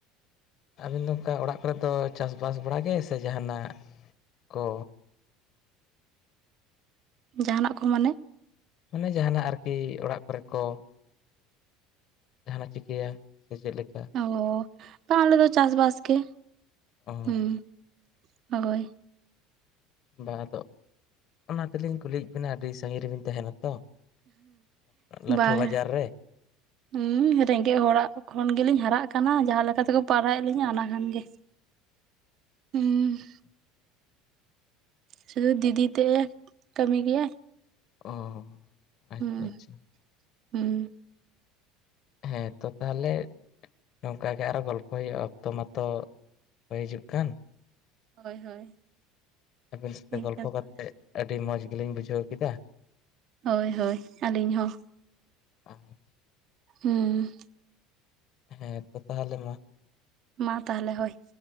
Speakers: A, on the left; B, on the right.
A: ᱟᱵᱤᱱ ᱫᱚ ᱚᱝᱠᱟ ᱚᱲᱟᱜ ᱠᱚᱨᱮᱫ ᱫᱚ ᱪᱟᱥᱵᱟᱥ ᱵᱟᱲᱟ ᱜᱮ ᱥᱮ ᱡᱟᱦᱟᱱᱟᱜ ᱠᱚ
B: ᱡᱟᱦᱟᱱᱟᱜ ᱠᱚ ᱢᱟᱱᱮ
A: ᱢᱟᱱᱮ ᱡᱟᱦᱟ ᱱᱟᱜ ᱟᱨᱠᱤ ᱚᱲᱟᱜ ᱠᱚᱨᱮ ᱠᱚ ᱡᱟᱦᱟ ᱪᱤᱠᱟᱹᱭᱟ ᱥᱮ ᱪᱮᱫ ᱞᱮᱠᱟ
B: ᱚ ᱵᱟ ᱟᱞᱮ ᱫᱚ ᱪᱟᱥ ᱵᱟᱥ ᱜᱮ
A: ᱚ
B: ᱦᱩᱸ ᱦᱳᱭ
A: ᱵᱟ ᱟᱫᱚ ᱚᱱᱟ ᱛᱮᱞᱤᱧ ᱠᱩᱞᱤᱭᱤ ᱵᱤᱱᱟ ᱟᱹᱰᱤ ᱥᱟᱺᱜᱤᱧ ᱨᱮᱵᱤᱱ ᱛᱟᱦᱮᱱᱟ ᱛᱚ ᱞᱟᱹᱴᱷᱩ
B: ᱵᱟᱝ
A: ᱵᱟᱡᱟᱨ ᱨᱮ
B: ᱦᱩᱸ ᱨᱮᱸᱜᱮᱡ ᱦᱚᱲᱟᱜ ᱠᱷᱚᱱ ᱜᱮᱞᱤᱧ ᱦᱟᱨᱟᱜ ᱠᱟᱱᱟ ᱡᱟᱦᱟᱸ ᱞᱮᱠᱟ ᱛᱮᱠᱚ ᱯᱟᱨᱟᱮᱜ ᱞᱤᱧᱟ ᱚᱱᱟ ᱠᱷᱟᱱ ᱜᱮ ᱦᱩᱸ
A: <inaudible>
B: ᱥᱩᱫᱩ ᱫᱤᱫᱤ ᱛᱮᱜ ᱮ ᱠᱟᱹᱢᱤ ᱜᱮᱭᱟᱭ
A: ᱚ ᱟᱪᱪᱷᱟ
B: ᱦᱩᱸ-
A: ᱟᱪᱪᱷᱟ
B: ᱦᱩᱸ
A: ᱦᱮᱸ ᱛᱚ ᱛᱟᱦᱞᱮ ᱱᱚᱝᱠᱟᱜᱮ ᱟᱨᱚ ᱜᱚᱞᱯᱚᱭ ᱦᱩᱭᱩᱟ ᱚᱠᱛᱚ ᱢᱟᱛᱚ ᱦᱳᱭ ᱦᱤᱡᱩᱜ ᱠᱟᱱ
B: ᱦᱳᱭ ᱦᱳᱭ
A: ᱟᱹᱵᱤᱱ ᱥᱟᱛᱮ
B: ᱴᱷᱤᱠ
A: ᱜᱚᱞᱯᱷᱚ
B: ᱜᱮᱭᱟ ᱛᱟᱦᱚᱞᱮ
A: ᱠᱟᱛᱮᱫ ᱟᱹᱰᱤ ᱢᱚᱡᱽ ᱜᱮᱞᱤᱧ ᱵᱩᱡᱷᱟᱹᱣ ᱠᱮᱫᱟ
B: ᱦᱳᱭ ᱦᱳᱭ ᱟᱹᱞᱤᱧ ᱦᱚᱸ
A: <unintelligible>
B: ᱦᱩᱸ
A: ᱦᱮᱸ ᱛᱚ ᱛᱟᱦᱟᱞᱮ ᱢᱟ
B: ᱢᱟ ᱛᱟᱦᱞᱮ ᱦᱳᱭ